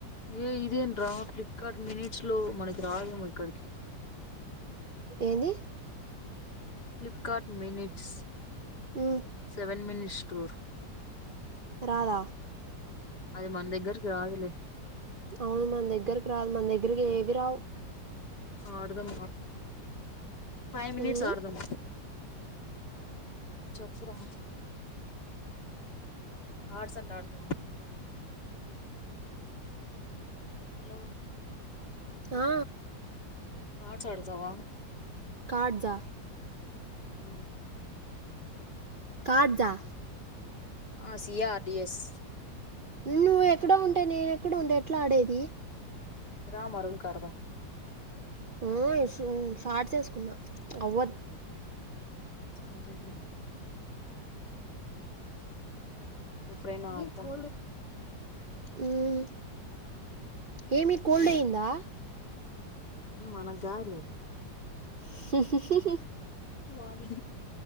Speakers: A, on the left; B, on the right.
A: ఏ ఇదేం డ్రామా ఫ్లిప్ ఇక్కడ మినిట్స్ లో మనకి రాలేము ఇక్కడికి
B: ఏది
A: ఫ్లిప్కార్ట్ మెనిట్స్
B: హ్మ్
A: సెవెన్ మనిట్ స్టోర్
B: రాధా
A: అది మన దగ్గరకి రాదులే
B: అవును మన దగ్గరకి రాదు మన దగ్గరకి ఏవి రావు
A: ఆడధాం ఫైవ్ మినిట్స్
B: హ్మ్
A: ఆడదం చెప్పు రా కార్డ్స్ అంత ఆడతావా హలో
B: ఆ
A: కార్డ్స్ ఆడతావా
B: కార్డ్జ
A: అ
B: కడ్జా
A: ఆసియా ఆర్ డి ఎస్
B: నువ్వు ఎక్కడ ఉంటే నేన ఎక్కడ ఉంటే ఎట్లా ఆడేది
A: రా మా రూమ్ కి ఆడుదాం
B: ఆ షార్ట్ చేసుకున్నా అవ్వద్
A: సరే లే ఇప్పుడైనా ఆడదాం
B: హ ఏమి కోల్డయందా
A: మనకు కాదులే
B: <inaudible>
A: వాణి